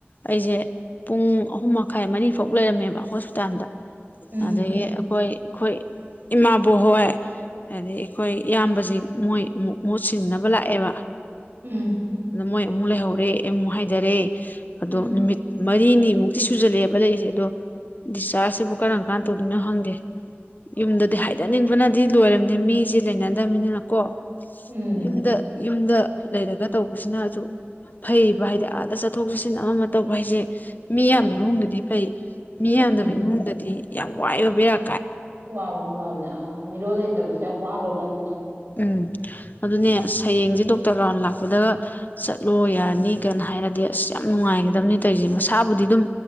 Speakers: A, on the left; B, on the right.
A: ꯑꯩꯁꯦ ꯄꯨꯡ ꯑꯍꯨꯝ ꯃꯈꯥꯏ ꯃꯔꯤ ꯐꯥꯎ ꯂꯩꯔꯝꯃꯦꯕ ꯍꯣꯁꯄꯤꯇꯥꯜꯗ
B: ꯎꯝ
A: ꯑꯗꯒꯤ ꯑꯈꯣꯏ ꯑꯈꯣꯏ ꯏꯃꯥꯕꯣꯛ ꯍꯣꯏ ꯑꯗꯩꯩ ꯑꯈꯣꯏ ꯏꯌꯥꯝꯕꯁꯤꯡ ꯃꯣꯏ ꯑꯃꯨꯛ ꯃꯍꯨꯠ ꯁꯤꯟꯅꯕ ꯂꯥꯛꯑꯦꯕ
B: ꯎꯝ
A: ꯑꯗ ꯃꯣꯏ ꯑꯃꯨꯛ ꯂꯩꯍꯧꯔꯦ ꯑꯩ ꯑꯃꯨꯛ ꯍꯥꯏꯗꯔꯦ ꯑꯗꯣ
B: ꯎꯝ
A: ꯅꯨꯃꯤꯠ ꯃꯔꯤꯅꯤ ꯃꯨꯛꯇꯤ ꯁꯨꯖꯜꯂꯛꯑꯦꯕ ꯂꯩ ꯁꯦ ꯑꯗꯣ ꯗꯤꯆꯥꯔꯖꯁꯤꯕꯨ ꯀꯔꯝ ꯀꯥꯟ ꯇꯧꯗꯣꯏꯅꯣ ꯈꯪꯗꯦ ꯌꯨꯝꯗꯗꯤ ꯍꯥꯏꯗꯅꯤꯡꯕꯅꯗꯤ ꯂꯣꯏꯔꯝꯅꯦ ꯃꯤꯁꯦ ꯂꯩꯅꯗꯝꯅꯤꯅ ꯀꯣ
B: ꯎꯝ
A: ꯌꯨꯝꯗ ꯌꯨꯝꯗ ꯂꯩꯔꯒ ꯇꯧꯕꯁꯤꯅꯁꯨ ꯐꯩꯌꯕ ꯍꯥꯏꯗꯤ ꯑꯥꯗ ꯆꯠꯊꯣꯛ ꯆꯠꯁꯤꯟ ꯑꯃ ꯑꯃ ꯇꯧꯕ ꯍꯥꯏꯁꯦ ꯃꯤ ꯌꯥꯝꯕ ꯏꯃꯨꯡꯗꯗꯤ ꯐꯩ ꯃꯤ ꯌꯝꯗꯕ
B: ꯎꯝ
A: ꯏꯃꯨꯡꯗꯗꯤ ꯌꯥꯝ ꯋꯥꯏꯌꯦꯕꯥ ꯕꯦꯔ
B: ꯋꯥꯕꯅꯤ ꯋꯥꯕꯅꯤ ꯑꯥ ꯃꯤꯔꯣꯜ ꯂꯩꯇꯕꯁꯦ ꯌꯥꯝ ꯋꯥꯒꯔ꯭ꯖꯠꯅꯤꯗ
A: ꯎꯝ ꯑꯗꯨꯅꯦ ꯑꯁ ꯍꯌ ꯍꯌꯦꯡꯖꯦ ꯗꯣꯛꯇꯔ ꯔꯥꯎꯟ ꯂꯥꯛꯄꯗꯒ ꯆꯠꯂꯣ ꯌꯥꯔꯅꯤ ꯀꯅ ꯍꯥꯏꯔꯗꯤ ꯑꯁ ꯌꯥꯝ ꯅꯨꯡꯉꯥꯏꯒꯗꯕꯅꯤ ꯇꯣꯏꯖꯦ ꯃꯁꯥꯕꯨꯗꯤ ꯑꯗꯨꯝ